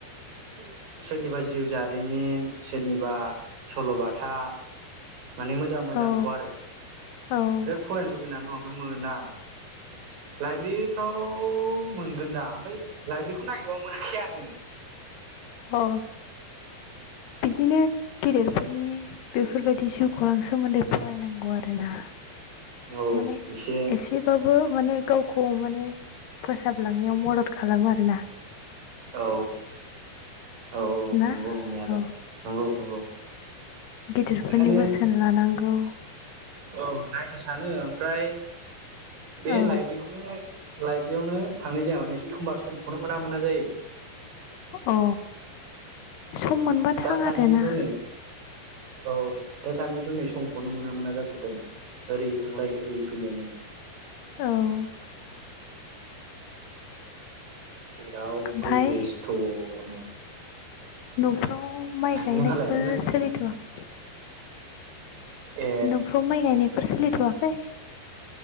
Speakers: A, on the right; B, on the left.
A: <unintelligible> सोरनिबा जिउ जारिमिन सोरनिबा सल'बाथा माने मोजां मोजांखौ
B: औ
A: आरो
B: औ
A: बिराद फरायनो लुबैनानै दङ। ओमफ्राय मोना। लाइब्रेरिफ्राव मोनगोनदां ओमफाय लाइब्रेरिखौ नागिरबाबो मोनखाया आङो।
B: अ बिदिनो गेदेरफोरनि बेफोरबायदि जिउखौरां सोमोन्दै फरायनांगौ आरोना।
A: औ
B: माने
A: एसे
B: एसेबाबो माने गावखौ माने फोसाबलांनायाव मदद खालामो आरो ना।
A: औ औ
B: ना
A: नंगौ नंनायालाय
B: औ
A: नंगौ नंगौ।
B: गिदिरफोरनि
A: बेखायनो
B: बोसोन लानांगौ
A: औ नायनो सानो ओमफ्राय बे
B: औ
A: लाइब्रेरिखौनो लाइब्रेरियावनो थांनाय जाया माने एखमबा सम बेखौनो मोना मोना जायो।
B: अ सम मोनबा थां
A: दासान्दिथ'
B: आरोना
A: नै औ दासान्दिथ' नै समखौनो मोना मोना जाथारदों ओरै थांलाय ओरै फैलायनो
B: औ
A: जेरावबो
B: ओमफाय
A: बेस्थ'नो
B: न' माइ गायनायफोर
A: नोंहालाय नोंना
B: सोलिथ'वाखै?
A: ए
B: न'फ्राव माइ गायनायफोर सोलिथ'वाखै?